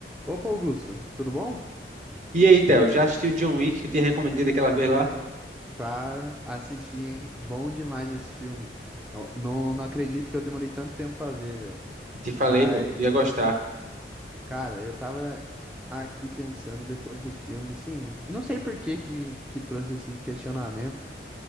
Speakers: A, in the centre; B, on the right.
A: Opa, Augusto, tudo bom?
B: E aí, Theo, já assistiu John Wick que eu te recomendei daquela vez lá?
A: Cara, assisti, hein? Bom demais esse filme. Não, não, não acredito que eu demorei tanto tempo pra ver, velho.
B: Te falei,
A: Mas,
B: pô, ia gostar.
A: cara, eu tava aqui pensando depois do filme, assim, não sei por que que me que trouxe esse questionamento